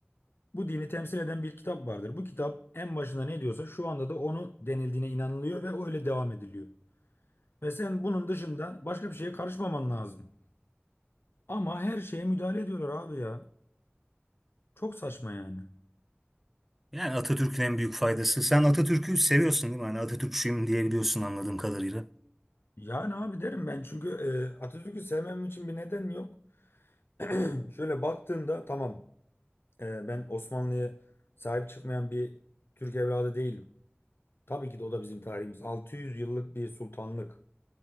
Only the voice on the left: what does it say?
Bu dini temsil eden bir kitap vardır. Bu kitap en başında ne diyorsa şu anda da onu denildiğine inanılıyor ve öyle devam ediliyor. Ve sen bunun dışında başka bir şeye karışmaman lazım. Ama her şeye müdahale ediyorlar abi ya. Çok saçma yani.
Yani abi derim ben çünkü e, Atatürk'ü sevmem için bir neden yok. <clears throat> Şöyle baktığında tamam e, ben Osmanlı'ya sahip çıkmayan bir Türk evladı değilim. Tabii ki de o da bizim tarihimiz. 600 yıllık bir sultanlık.